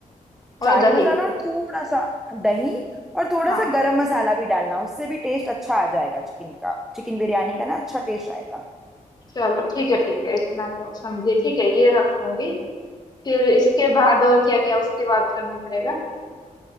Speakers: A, on the left (about 30°); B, in the centre.
A: और
B: चाट
A: दही
B: मसाला और थोड़ा सा दही और थोड़ा
A: हाँ
B: सा गरम मसाला भी डालना उससे भी टेस्ट अच्छा आ जाएगा चिकन का चिकन बिरयानी का ना अच्छा टेस्ट आएगा
A: चलो ठीक है ठीक है इतना तो समझी ठीक है ये रख लूंगी फिर इसके बाद और क्या क्या उसके बाद करना पड़ेगा